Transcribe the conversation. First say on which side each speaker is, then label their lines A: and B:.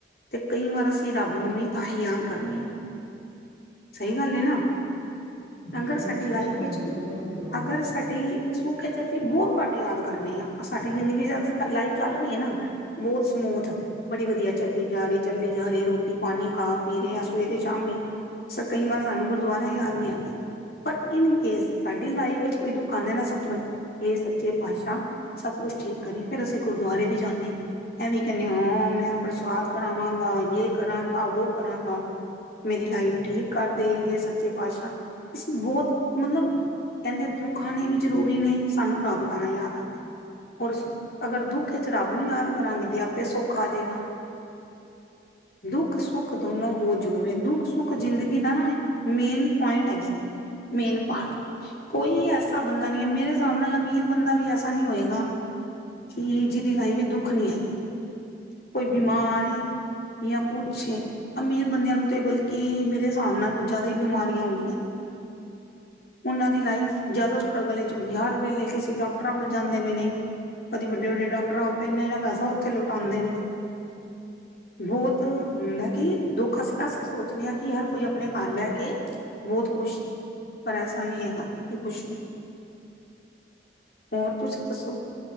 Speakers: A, on the left (about 55°); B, on the left (about 80°).
A: ਤੇ ਕਈ ਵਾਰ ਅਸੀ ਰੱਬ ਨੂੰ ਵੀ ਤਾਂ ਹੀ ਯਾਦ ਕਰਨੇ ਆ ਸਹੀ ਗੱਲ ਨਾ
B: ਬਿਲਕੁਲ
A: ਅਗਰ ਸਾਡੀ
B: ਅਸੀ
A: ਲਾਈਫ
B: ਸੁੱਖਾਂ
A: ਵਿੱਚ
B: ਥੋੜ੍ਹੀ ਯਾਦ ਕਰਾਂਗੇ
A: ਅਗਰ ਸਾਡੀ ਸੂੱਖੇ 'ਚ ਅਸੀਂ ਬਹੁਤ ਘੱਟ ਯਾਦ ਕਰਨੇ ਹਾਂ ਸਾਡੀ ਜ਼ਿੰਦਗੀ 'ਚ ਅਸੀ ਲਾਈਫ ਚੱਲ ਰਹੀ ਹੈ। ਨਾ ਬਹੁਤ ਸਮੂਥ- ਬੜੀ ਵਧੀਆ ਚੱਲਦੀ ਜਾ ਰਹੀ ਚੱਲਦੀ ਜਾ ਰਹੀ ਰੋਟੀ ਪਾਣੀ ਖਾ ਪੀ ਰਹੇ ਹ ਸਵੇਰੇ ਸ਼ਾਮੀ ਕਈ ਵਾਰ ਸਾਨੂੰ ਗੁਰਦੁਆਰਾ ਯਾਦ ਨਹੀਂ ਆਉਦਾ ਪਰ ਇਨ ਕੇਸ ਸਾਡੀ ਲਾਈਫ ਵਿਚ ਕੋਈ ਦੁੱਖ ਆਉਂਦੇ ਨਾ ਸਭ ਤੋਂ ਪਹਿਲਾਂ ਇਹ ਸੱਚੇ ਪਾਤਸ਼ਾਹ ਸਭ ਕੁਛ ਠੀਕ ਕਰੀ ਫੇਰ ਅਸੀਂ ਗੁਰਦੁਆਰੇ ਵੀ ਜਾਂਨੇ। ਐ ਵੀ ਕਹਿੰਨੇ ਹਾਂ ਮੈਂ ਪ੍ਰਸ਼ਾਦ ਕਰਾਵਾਂਗਾ ਯੇ ਕਰਾਂਗਾ ਵੋ ਕਰਾਂਗਾ। ਮੇਰੀ ਲਾਈਫ ਠੀਕ ਕਰਦੇ ਇਹ ਸੱਚੇ ਪਾਤਸ਼ਾਹ, ਅਸੀ ਬਹੁਤ ਮਤਲਬ ਕਹਿੰਦੇ ਦੁਖ ਆਣੇ ਵੀ ਜ਼ਰੂਰੀ ਨੇ ਸਾਨੂੰ ਰੱਬ ਤਾਂ ਯਾਦ ਆਂਦਾ। ਹੋਰਸ ਅਗਰ ਦੁੱਖ 'ਚ ਰੱਬ ਨੂੰ ਯਾਦ ਕਰਾਂਗੇ ਤੇ ਆਪੇ ਸੋਖਾ ਹੋਜੇਗਾ। ਦੁੱਖ-ਸੁੱਖ ਦੋਨੋ ਬਹੁਤ ਜ਼ਰੂਰੀ ਨ ਦੁੱਖ-ਸੁੱਖ ਜ਼ਿੰਦਗੀ ਦਾ ਨਾ ਮੇਨ ਪੁਆਇੰਟ ਹੈਗੇ ਨੇ, ਮੇਨ ਪਾਰਟ। ਕੋਈ ਐਸਾ ਬੰਦਾ ਨੀ ਐ ਮੇਰੇ ਹਿਸਾਬ ਨਾਲ ਅਮੀਰ ਬੰਦਾ ਵੀ ਐਸਾ ਨੀ ਹੋਏਗਾ। ਕਿ ਜਿਹਦੀ ਲਾਈਫ ਵਿਚ ਦੁੱਖ ਨੀ ਹੈਗਾ, ਕੋਈ ਬਿਮਾਰ ਜਾਂ ਕੁੱਛ ਅਮੀਰ ਬੰਦਿਆਂ ਨੂੰ ਤੇ ਬਲਕਿ ਮੇਰੇ ਹਿਸਾਬ ਨਾਲ ਕੁੱਝ ਜ਼ਿਆਦਾ ਈ ਬਿਮਾਰੀਆਂ ਹੁੰਦੀਆਂ ਉਹਨਾਂ ਦੀ ਲਾਈਫ ਜ਼ਿਆਦਾ ਸਟਰਗਲ ਵਿਚ ਹੁੰਦੀ ਹਰ ਵੇਲੇ ਡਾਕਟਰਾਂ ਕੋਲ ਜਾਂਦੇ ਪ ਨੇ ਕਦੀ ਵਡੇ ਵਡੇ ਡਾਕਟਰ ਆਏ ਇਨਾ ਪੈਸਾ ਉਥੇ ਲੁਟਉਦੇ ਵੀ ਨੇ ਬਹੁਤ ਹੁੰਦਾ ਕਿ ਦੁੱਖ ਅਸੀ ਸੋਚਦੇ ਹਾਂ ਕਿ ਹਰ ਕੋਈ ਆਪਣੇ ਘਰ ਬਹਿਕੇ ਬਹੁਤ ਖੁਸ਼ ਸੀ ਪਰ ਐਸਾ ਨਹੀਂ ਹੈਗਾ ਕਿ ਖੁਸ਼ ਵੀ ਹੋਰ ਤੁਸੀ ਦੱਸੋ-